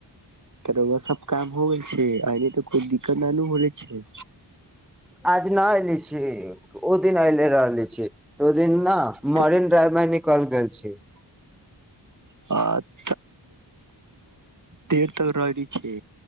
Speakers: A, on the right (about 45°); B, in the centre.
A: रौआऽ सब काम हो गेल छै अइली तऽ कोइ दिक्कत न नू बोलै छै
B: आज न ऐले छी ओ दिन अऐले रहले छी तऽ ओ दिन ने
A: त
B: मरीन ड्राइव माहे निकल गेल छी
A: अच देर तक रहली छै